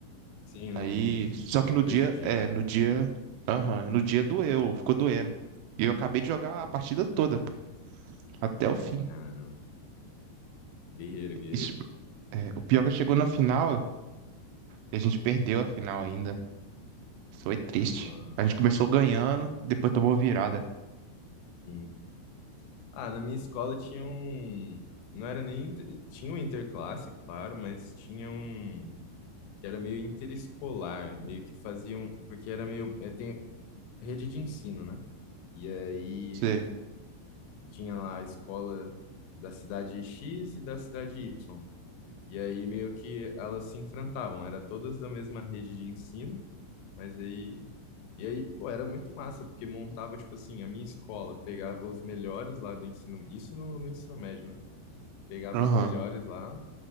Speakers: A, on the left; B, on the right.
A: Sim, não,
B: Aí.
A: não,
B: Só que
A: não
B: no
A: prejudica,
B: dia. É, no
A: né?
B: dia. Aham, no dia doeu, ficou doendo. E eu acabei de jogar a partida toda, pô, até o fim.
A: Caramba, guerreira, guerreira.
B: Isso, É, o pior é que chegou na final e a gente perdeu a final ainda. Foi triste.
A: Nossa,
B: A gente começou ganhando, depois tomou virada.
A: sim. Ah, na minha escola tinha um. Não era nem. inter- Tinha um interclasse, claro, mas tinha um. Que era meio interescolar, meio que faziam. Porque era meio. é, tem, rede de ensino, né? E aí
B: Sei.
A: tinha lá a escola da cidade X e da cidade Y. E aí meio que elas se enfrentavam, era todas da mesma rede de ensino, mas aí e aí, pô, era muito massa, porque montava, tipo assim, a minha escola pegava os melhores lá do ensino, isso no, no ensino médio, né? Pegava
B: Aham.
A: os melhores lá